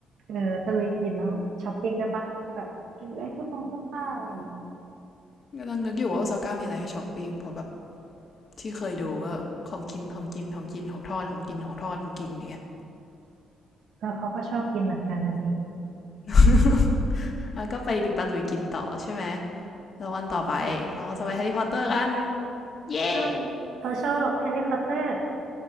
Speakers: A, on the right; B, on the left.
A: เออตะลุยกินแล้วช้อปปิ้งด้วยปะแบบกินได้เสื้อผ้าเสื้อผ้าอะไรอย่างเงี้ย
B: กำลังนึกอยู่ว่าโอซาก้ามีอะไรให้ช้อปปิ้งเพราะแบบที่เคยดูก็ของกินของกินของกินของทอดของกินของทอดของกินอย่างเงี้ย
A: ก็เขาก็ชอบกินเหมือนกันนะสิ
B: <laughs> แล้วก็ไปตะลุยกินต่อใช่ไหมแล้ววันต่อไปเราก็จะไปแฮร์รี่พอตเตอร์กันเย้
A: ใช่
B: yeah!
A: เขาชอบแฮร์รี่พอตเตอร์